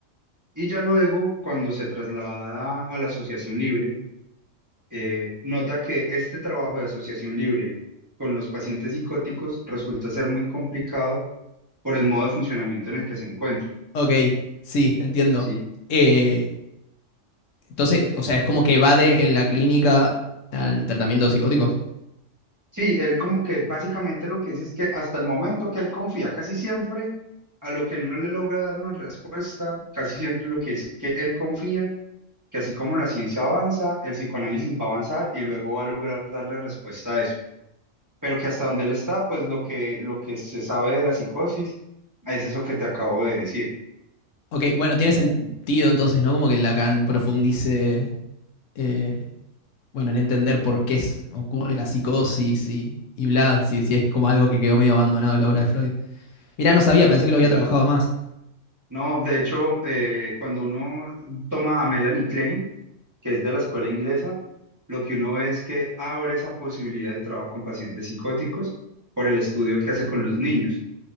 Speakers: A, on the right (about 15°); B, on the left (about 75°).
A: y ya luego cuando se traslada a la asociación libre, eh, nota que este trabajo de asociación libre con los pacientes psicóticos resulta ser muy complicado por el modo de funcionamiento en el que se encuentra,
B: ok, sí, entiendo.
A: ¿sí?
B: Eh, Entonces, o sea, es como que evade en la clínica al tratamiento de psicóticos.
A: Sí, él como que básicamente lo que dice es que hasta el momento que él confía casi siempre a lo que no le logra dar una respuesta, casi siempre lo que dice es que él confía que así como la ciencia avanza, el psicoanálisis va a avanzar y luego va a lograr darle respuesta a eso. pero que hasta donde él está, pues lo que, lo que se sabe de la psicosis es eso que te acabo de decir.
B: Ok, bueno, tiene sentido entonces, ¿no? Como que Lacan profundice, eh, bueno, en entender por qué es- ocurre la psicosis y, y bla, si, si es como algo que quedó medio abandonado en la obra de Freud. Mirá, no sabía, pensé
A: Sí.
B: que lo había trabajado más.
A: No, de hecho, eh, cuando uno toma a Melanie Klein, que es de la escuela inglesa, lo que uno ve es que abre esa posibilidad de trabajo con pacientes psicóticos por el estudio que hace con los niños.